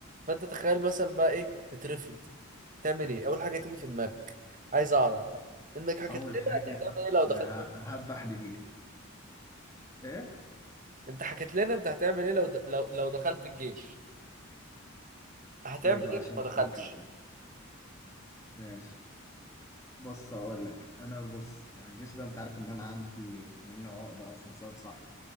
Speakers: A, on the right; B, on the left.
A: فانت تخيل مثلا بقى ايه تترفض تعمل ايه اول حاجه تيجي في دماغك عايز اعرف بقى انك حكيت
B: اول
A: لنا
B: حاجه
A: انت هتعمل ايه لو دخلت
B: انا ه- هذبح دبيح ايه
A: انت حكيت لنا انت هتعمل ايه لو د... لو لو دخلت الجيش هتعمل
B: ايه بقى
A: ايه
B: عشان
A: لو ما
B: مش
A: دخلتش
B: فاكر ماشي بص هقول لك انا بص يعني الجيش ده انت عارف ان انا عندي منه عقده اصلا صعب صح